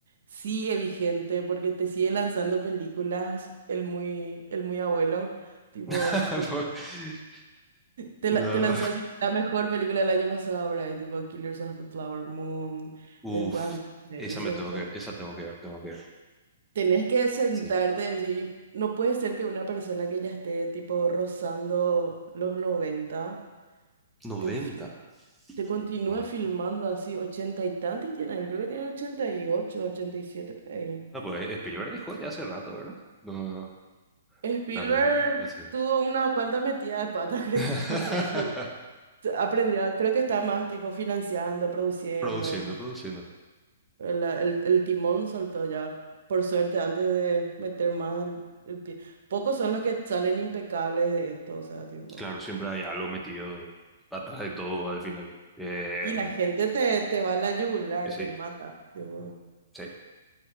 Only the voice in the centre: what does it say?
<laughs>
No.
Uf,
esa
me tengo
que, esa tengo que ver, tengo que ver.
Sí.
noventa
Ah,
No, pues Spielberg dejó ya hace rato, ¿verdad? No, no, no,
hace, hace.
<laughs>
Produciendo,
produciendo.
Claro, siempre hay algo metido atrás de todo al final. Eh,
y sí,
sí,